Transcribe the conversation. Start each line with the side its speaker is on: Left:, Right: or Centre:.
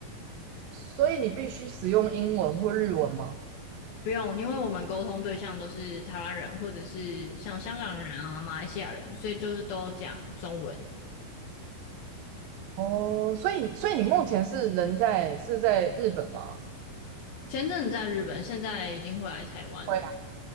Right: 所以你必须使用英文或日文吗？
Left: 不用，因为我们沟通对象都是台湾人或者是像香港人啊、马来西亚人，所以就是都讲中文。
Right: 哦，所以所以你目前是人在是在日本吗？
Left: 前阵子在日本，现在已经回来台湾了。
Right: 会。